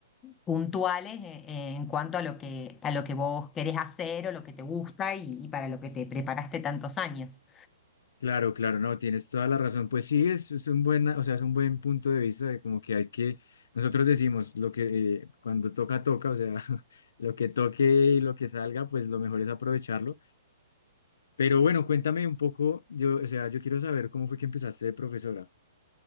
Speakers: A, on the left; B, on the left.
A: puntuales eh, eh, en cuanto a lo que, a lo que vos querés hacer o lo que te gusta y y para lo que te preparaste tantos años.
B: Claro, claro, no, tienes toda la razón. Pues sí, es, es un buen, o sea, es un buen punto de vista de como que hay que, nosotros decimos lo que eh, cuando toca, toca, o sea, <laughs> lo que toque y lo que salga, pues lo mejor es aprovecharlo. Pero bueno, cuéntame un poco, yo, o sea, yo quiero saber cómo fue que empezaste de profesora.